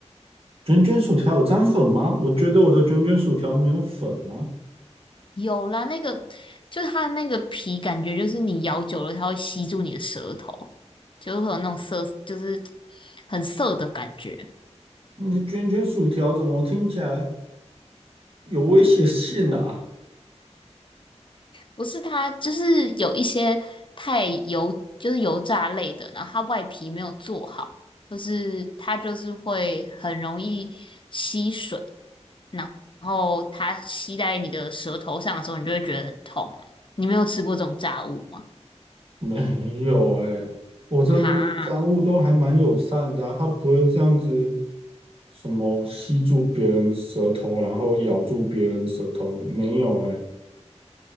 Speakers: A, on the right; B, on the left.
A: 卷卷薯条有沾粉吗？我觉得我的卷卷薯条没有粉啊。
B: 有啦，那个就是它的那个皮，感觉就是你咬久了，它会吸住你的舌头，就会有那种涩，就是很涩的感觉。
A: 你的卷卷薯条怎么听起来有威胁性啊？
B: 不是它，就是有一些太油，就是油炸类的，然后它外皮没有做好，就是它就是会很容易吸水，然后它吸在你的舌头上的时候，你就会觉得很痛啊。你没有吃过这种炸物吗？
A: <laughs> 没有哎、我这边商务都还蛮友善的啊，
B: 哈，
A: 他不会这样子什么吸住别人舌头，然后咬住别人舌头，没有哎、